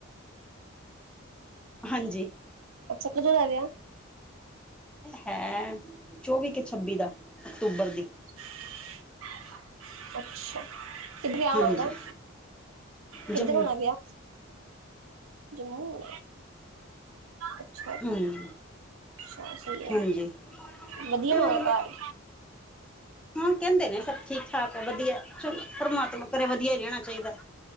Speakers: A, in the centre; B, on the right.
A: ਹਾਂਜੀ
B: ਅੱਛਾ, ਕਿਦੋ ਦਾ ਵਿਆਹ?
A: ਹੈ, ਚੌਵੀ ਕੇ ਛੱਬੀ ਦਾ, ਅਕਤੂਬਰ ਦੀ।
B: <inaudible> ਅੱਛਾ, ਕਿੱਦ ਵਿਆਹ ਹੋਣਾ
A: ਹਾਂਜੀ
B: ਉਹਦਾ, ਕਿੱਧਰ
A: ਜੰਮੂ
B: ਹੋਣਾ ਵਿਆਹ? ਜੰਮੂ, ਅੱਛਾ। ਅੱਛਾ
A: ਹਮ
B: ਸਈ
A: ਹਾਂਜੀ
B: ਏ, ਵਧੀਆ
A: ਹੋਰ
B: ਹੋਣਾ ਘਰ।
A: ਹਾਂ ਕਹਿੰਦੇ ਨੇ ਸਭ ਠੀਕ-ਠਾਕ ਹੈ, ਵਧੀਆ, ਚਲੋ ਪਰਮਾਤਮਾ ਕਰੇ ਵਧੀਆ ਈ ਰਹਿਣਾ ਚਾਹੀਦਾ।